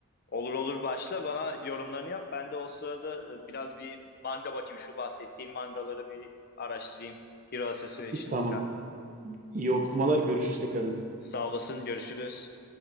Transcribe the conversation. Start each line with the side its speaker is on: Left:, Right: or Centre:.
Left: Olur olur başla bana yorumlarını yap. Ben de o sırada e, biraz bir manga bakayım. Şu bahsettiğin mangaları bir araştırayım. Hero Association
Right: <laughs> Tamam.
Left: falan.
Right: İyi okumalar. Görüşürüz tekrardan.
Left: Sağ olasın görüşürüz.